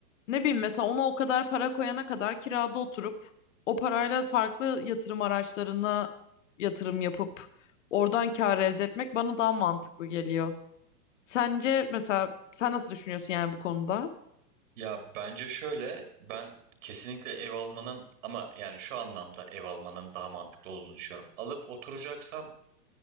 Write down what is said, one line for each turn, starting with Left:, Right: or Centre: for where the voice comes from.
Left: ne bileyim mesela ona o kadar para koyana kadar kirada oturup o parayla farklı yatırım araçlarına yatırım yapıp oradan kar elde etmek bana daha mantıklı geliyor. Sence mesela sen nasıl düşünüyorsun yani bu konuda?
Right: Ya bence şöyle ben kesinlikle ev almanın ama yani şu anlamda ev almanın daha mantıklı olduğunu düşünüyorum. Alıp oturacaksam